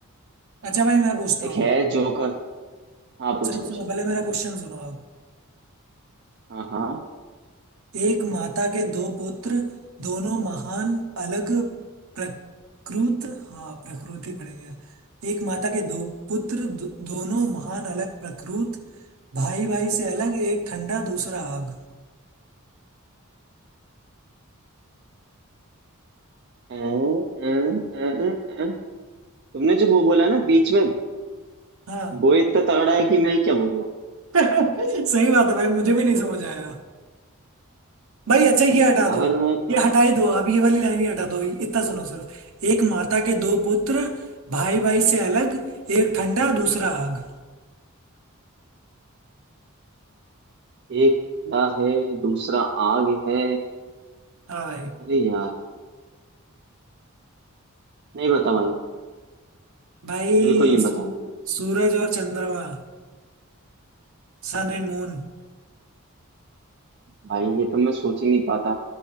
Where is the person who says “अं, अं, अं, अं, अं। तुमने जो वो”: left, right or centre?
Right